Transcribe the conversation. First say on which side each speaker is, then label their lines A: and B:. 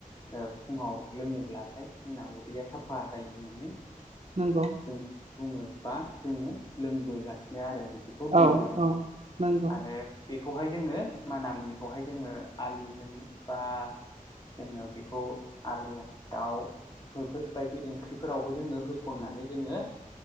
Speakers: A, on the left; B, on the right.
A: ओ फुङाव लोङोब्लाथाय जोंना उदैया साफा जायो होननानै
B: नोंगौ
A: जोङो बुङो बा जोङो लोंबोगासिनो आरो बिखौ नुबोदों
B: औ औ नंगौ
A: आरो बेखौहाय जोङो माना मुनिखौहाय जोङो आलुजों बा जोङो बेखौ आलु दाउ बेफोरबायदि ओंख्रिफोरावबो जोङो होसननानै जोङो।